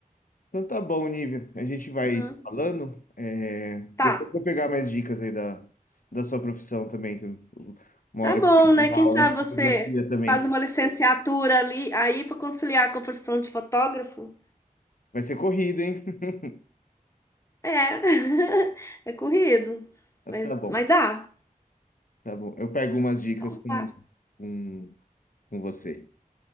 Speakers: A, on the left; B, on the left.
A: Então tá bom, Nívia. A gente vai
B: Aham.
A: se falando. É,
B: Tá,
A: Depois eu vou pegar mais dicas aí da, da sua profissão também, que eu- eu- uma
B: tá
A: hora
B: bom,
A: eu vou
B: né?
A: dar
B: Quem
A: aula
B: sabe
A: de
B: você
A: fotografia também.
B: faz uma licenciatura ali, aí pra conciliar com a profissão de fotógrafo?
A: Vai ser corrida, hein? <laughs>
B: É, <laughs> é corrido,
A: Ah,
B: mas,
A: Tá bom,
B: mas dá.
A: tá bom. Eu pego umas dicas
B: Então
A: com,
B: tá.
A: com, com você.